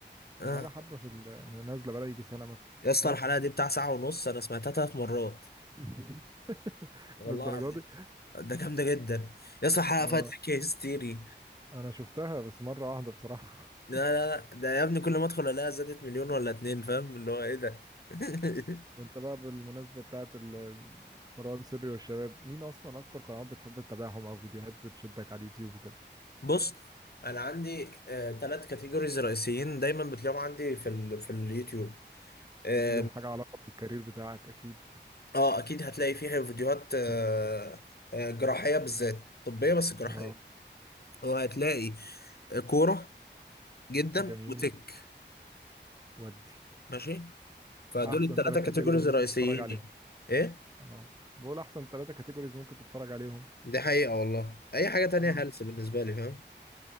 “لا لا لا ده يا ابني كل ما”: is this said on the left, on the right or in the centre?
Left